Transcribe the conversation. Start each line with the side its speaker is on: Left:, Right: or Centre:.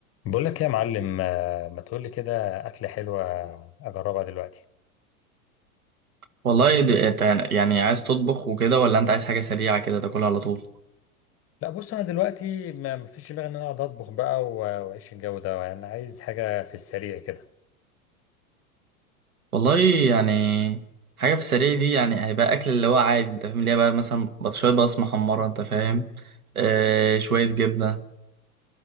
Left: بقول لك إيه يا معلم آه، ما تقول لي كده اكله حلوه اجربها دلوقتي
Right: والله د- إت- يعني عايز تطبخ وكده ولا انت عايز حاجة سريعة كده تاكلها على طول
Left: لا بص انا دلوقتي ما ما فيش دماغي ان انا اقعد اطبخ بقى و- واعيش الجو ده انا عايز حاجه في السريع كده
Right: والله يعني حاجة في السريع دي يعني هيبقى أكل اللي هو عادي انت فاهم اللي هي بقى مثلا بط- شوية بطاطس محمرة انت فاهم آه شوية جبنة